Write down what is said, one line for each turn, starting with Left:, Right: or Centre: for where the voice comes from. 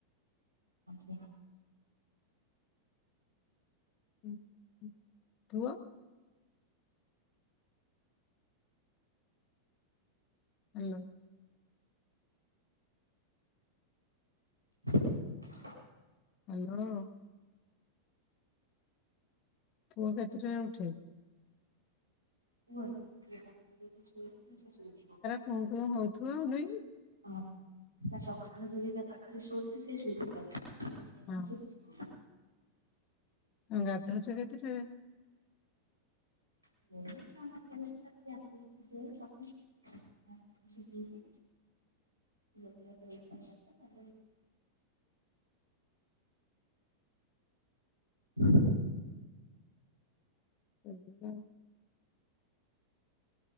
Right: <inaudible>
Left: ହ <inaudible> ପୁଅ ହାଲୋ।
Right: <unintelligible>
Left: ହ୍ୟାଲୋ। ପୁଅ କେତେଟାରେ ଉଠେ।
Right: କୁହ ଶ ଶୋଇିବ। <inaudible>
Left: ହଁ କଣ <inaudible> ହଉଥିବ ଆଉ ନାଇଁକି।
Right: ହଁ ସଖାଳୁ ଯଦି ତା ପାଖରେ ଶୋଇଥିବି ସେ ଶୋଇଥିବ ନହେଲେ
Left: ହଁ
Right: ସେ ଉଠିବ।
Left: ତମେ ଗାଧୋଉଚ କେତେଟାରେ?
Right: ବ କମ ଆ ଯ ଯ <unintelligible> <inaudible> ହୁଁ
Left: ହୁଁ <unintelligible>